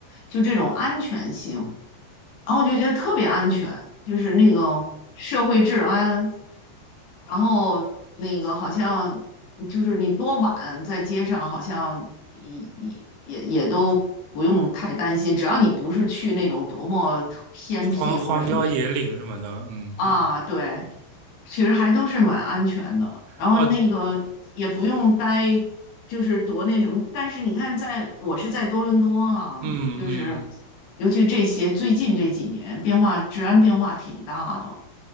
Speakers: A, on the left (about 65°); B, on the right (about 80°).
A: 就这种安全性。然后我就觉得特别安全，就是那个社会治安，然后那个好像就是你多晚在街上，好像也也也也都不用太担心，只要你不是去那种多么偏僻或者什么那种。
B: 荒荒郊野岭什么的，嗯嗯，
A: 啊，对，其实还都是蛮安全的。然后那个也不用待，
B: 哦，
A: 就是多那什么。但是你看在，我是在多伦多啊，
B: 嗯
A: 就是
B: 嗯，
A: 尤其这些最近这几年变化，治安变化挺大的。